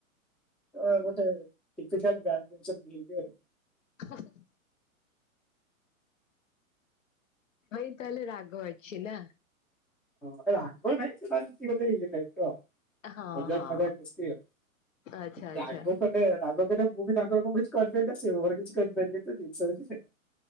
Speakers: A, in the centre; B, on the left (about 65°).
A: ଅ ଗୋଟେ ଡିଫିକଲ୍ ବ୍ୟାଣ୍ଡ ଜିନିଷ ବିହେବିୟର।
B: <unintelligible> ଭାଇ ତାହେଲେ ରାଗ ଅଛି ନା?
A: ହଁ ରାଗ ନାଇଁ ସେଟା ଏମତି ଗୋଟେ ଇଏ ଟାଇପ୍ ର।
B: ହଁ
A: ମଜାକ
B: ହଁ।
A: ମଜାକ ଦୋସ୍ତି ଆଉ
B: ଆଚ୍ଛା ଆଚ୍ଛା
A: ରାଗ କଲେ ରାଗ ନାଁ ମୁଁ ବି ତାଙ୍କର କଣ କିଛି କରିପାରିବି ନା ସେ ମୋର କିଛି କରିପାରିବେ ତ ଜିନିଷ ହଉଛି ସେଇଆ।